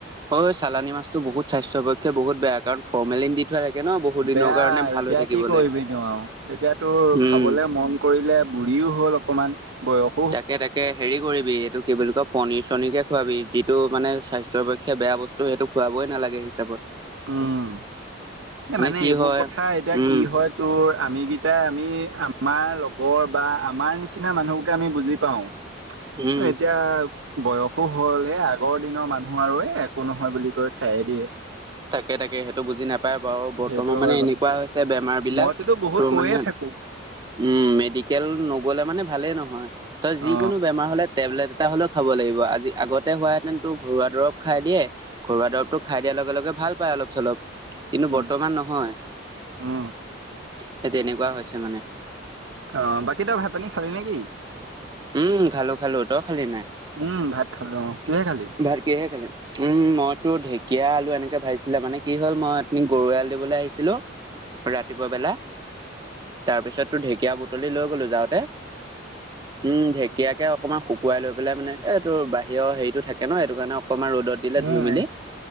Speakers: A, on the right; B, on the right.
A: অ', চালানী মাছটো বহুত স্বাস্থ্যৰ পক্ষে বহুত বেয়া, কাৰণ ফৰ্মেলিন দি থোৱা থাকে ন বহুত দিনৰ
B: বেয়াই,
A: কাৰণে ভাল
B: এতিয়া
A: হৈ থাকিবলৈ
B: কি কৰিবিনো আৰু এতিয়া তোৰ
A: উম
B: খাবলে মন কৰিলে, বুঢ়ীও হ'ল অকমান, বয়স
A: তাকে তাকে, হেৰি কৰিবি এইটো কি বুলি কয় পনীৰ-চনীৰকে খোৱাবি, যিটো মানে স্বাস্থ্যৰ পক্ ক্ষে বেয়া বস্তু, সেইটো খুৱাবই নালাগে হিচাপত।
B: উম, এ মানে
A: কি
B: এইবোৰ
A: হয়
B: কথা এতিয়া
A: উম
B: কি হয় তোৰ আমিকেইটাই, আমি আমাৰ লগৰ বা আমাৰ নিচিনা মানুহবোকে আমি বুজি পাওঁ।
A: উম
B: এ এতিয়া বয়সো হ'ল, এ আগৰ দিনৰ মানুহ আৰু এই একো নহয় বুলি কৈ খায়েই দিয়ে।
A: তাকে তাকে, সেইটো বুজি নাপ পায় বাৰু, বৰ্তমান
B: সেইটো
A: মানে
B: হয় কথা
A: এনেকুৱা হৈছে বেমাৰ বিলাক,
B: মইতোতো বহুত
A: তোৰ
B: কৈয়ে
A: মানে
B: থাকো
A: উম, মেডিকেল নগ'লে মানে ভালেই নহয়, তই যিকোনো
B: অ
A: বেমাৰ হ'লে টেবলেট এটা হ'লেও খাব লাগিব, আজি-আগতে হোৱাহেতেন তোৰ ঘৰুৱা দৰৱ খাই দিয়ে ঘৰুৱা দৰৱটো খাই দিয়াৰ লগে লগে ভাল পায় অলপ-চলপ, কিন্তু
B: উম
A: বৰ্তমান নহয়।
B: উম
A: সেই তেনেকুৱা হৈছে মানে।
B: অ', বাকী তই ভাত পানী খালি নে কি?
A: উম, খালোঁ খালোঁ, তই খালি নাই?
B: উম, ভাত খালোঁ অ', কিহে খালি?
A: ভাত কিহে খালি? উম, মই তোৰ ঢেঁকীয়া, আলু এনেকে ভাজিছিলে, মানে কি হ'ল মই অথনি গৰু এৰাল দিবলৈ আহিছিলোঁ
B: <inaudible>
A: ৰাতিপুৱা বেলা, তাৰপিছত তোত ঢেঁকীয়া বুটলি লৈ গ'লো যাওঁতে। উম, ঢেঁকীয়াকে অকমান শুকুৱাই লৈ পেলাই মানে এই তোৰ বাহিৰৰ হেৰিটো কে নহয়, সেইটোকাৰণে অকমান ৰ'দত দিলে
B: উম,
A: ধুই মেলি